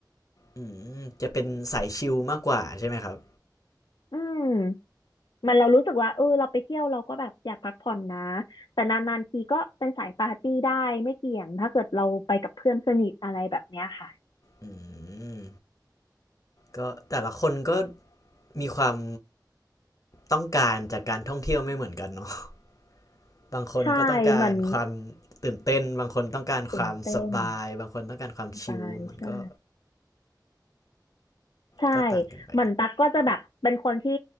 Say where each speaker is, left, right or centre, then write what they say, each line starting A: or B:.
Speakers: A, on the left; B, on the left.
A: อืมจะเป็นสายชิลมากกว่าใช่ไหมครับ
B: อืมมันเรารู้สึกว่าเออเราไปเที่ยวเราก็แบบอยากพักผ่อนนะแต่นานๆทีก็เป็นสายปาร์ตี้ได้ไม่เกี่ยงถ้าเกิดเราไปกับเพื่อนสนิทอะไรแบบเนี้ยค่ะ
A: อืมก็แต่ละคนก็มีความต้องการจากการท่องเที่ยวไม่เหมือนกันเนาะ <laughs> บางคนก็ต้องการความ
B: ใช่เหมือน
A: ตื่นเต้นบางคนต้องการความสบายบางคนต้องการความชิลมันก็
B: ตื่นเต้นสไตลใช่ ใช่
A: ก็ต่างกันไป
B: เหมือนตั๊กก็จะแบบเป็นคนที่